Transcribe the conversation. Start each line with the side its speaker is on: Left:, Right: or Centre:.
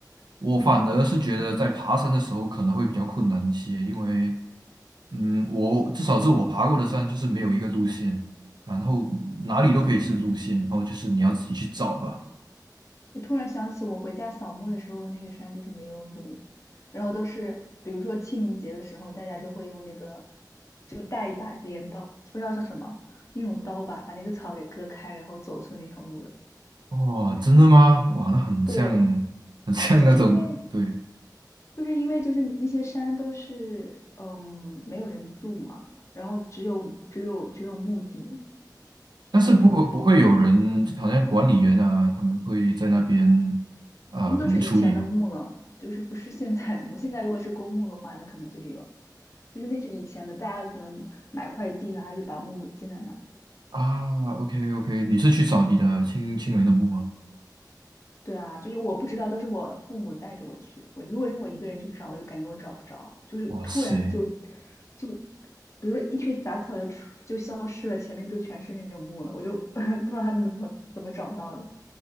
Right: 我反而是觉得在爬山的时候可能会比较困难一些，
Left: 嗯。
Right: 因为嗯，我至少是我爬过的山就是没有一个路线，然后哪里都可以是路线，然后就是你要自己去找吧。
Left: 就突然想起我回家扫墓的时候，那个山就是没有路，然后都是比如说清明节的时候，大家就会用那个就带一把镰刀，不知道叫什么那种刀吧，把那个草给割开，然后走出那条路来
Right: 哦，真的吗？哇，那很像，
Left: 对，
Right: 很像那种，
Left: 就是因为
Right: 对，
Left: 就是因为就是那些山都是嗯没有人住嘛，然后只有只有只有墓地，
Right: 但是不会不会有人，
Left: 然后那种
Right: 好像管理员啊，他们会在那边啊、
Left: 那都是以前的墓了，
Right: 可能处理呢。
Left: 就是不是现在的墓。现在如果是公墓的话，那可能就有，就是那是以前的，大家可能买块地啊，就把墓建在那。
Right: 啊，OK OK，你是去找你的亲亲人的墓吗？
Left: 对啊，就是我不知道，都是我父母带着我去的。我如果是我一个人去找，我就感觉我找不着，就是突然就
Right: 哇塞，
Left: 就，比如说一群杂草就出就消失了，前面就全是那种木了，我就 <laughs> 不知道他怎么怎么怎么找到的。